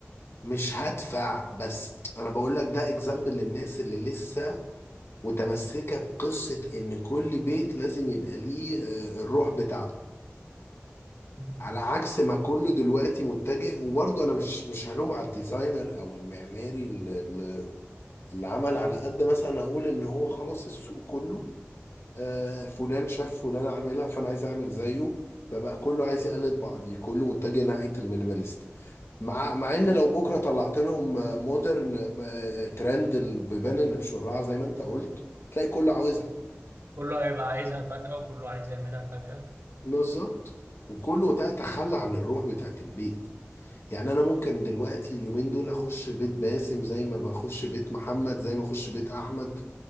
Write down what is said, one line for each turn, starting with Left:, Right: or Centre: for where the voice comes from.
Left: مش هدفع بس انا بقول لك ده اكزامبل للناس اللي لسه متمسكة بقصة ان كل بيت لازم يبقى ليه آه، الروح بتاعته
Right: مم.
Left: على عكس ما كله دلوقتي متجه وبرضه انا مش مش هلوم على الديزاينر او المعماري اللي اللي عمل على قد مثلا اقول ان هو خلاص السوق كله آه، فلان شاف فلان عاملها فانا عايز اعمل زيه فبقى كله عايز يقلد بعضيه كله متجه ناحيه المينيماليست مع مع ان لو بكره طلعت لهم مودرن ترند البيبان اللي بشرعه زي ما انت قلت تلاقي كله عاوزها
Right: كله هيبقى عايزها فجأة وكله عايز يعملها فجأة
Left: بالظبط وكله ده تخلى عن الروح بتاعت البيت يعني انا ممكن دلوقتي اليومين دول اخش بيت باسم زي ما بخش بيت محمد زي ما اخش بيت احمد